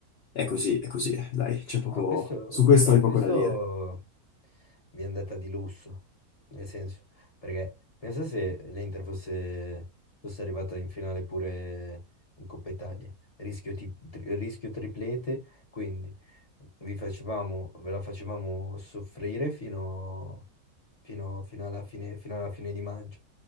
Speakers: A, on the left; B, on the left.
A: è così, è così. Dai, c'è poco...
B: Ah, questo,
A: Su questo
B: vabbè,
A: hai
B: questo
A: poco da dire.
B: mi è andata di lusso, nel senso, perché pensa se l'Inter fosse, fosse arrivata in finale pure in Coppa Italia, rischio, ti- tri- rischio triplete, quindi vi facevamo, ve la facevamo soffrire fino, fino- fino alla fine, fino alla fine di maggio.